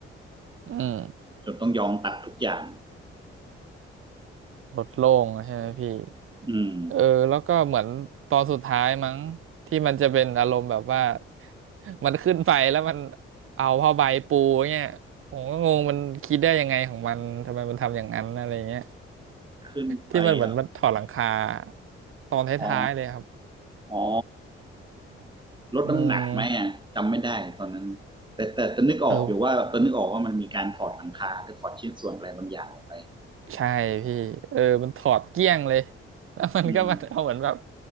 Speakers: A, on the right; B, on the right.
A: อืม
B: จนต้องยอมตัดทุกอย่าง
A: ลดโล่งใช่ไหมพี่
B: อืม
A: เออแล้วก็เหมือนตอนสุดท้ายมั้งที่มันจะเป็นอารมณ์แบบว่า <laughs> มันขึ้นไปแล้วมันเอาผ้าใบปูเนี่ยผมก็งงมันคิดได้ยังไงของมันทำไมมันทำอย่างนั้นอะไรเงี้ย
B: ขึ้นไปอ่ะ
A: ที่มันเหมือนมันถอดหลังคาตอนท้ายๆเลยครับ
B: อ๋ออ๋อลดน้ำหนักไหมอ่ะจำไม่ได้ตอนนั้นแต่แต่แตอนนึกออกอยู่ว่าตอนนึกออกว่ามันมีการถอดหลังคาหรือถอดชิ้นส่วนอะไรบางอย่างออกไป
A: อืม เออใช่พี่เออมันถอดเกลี้ยงเลย <laughs> แล้วมันก็มันเอาเหมือนแบบ
B: อืม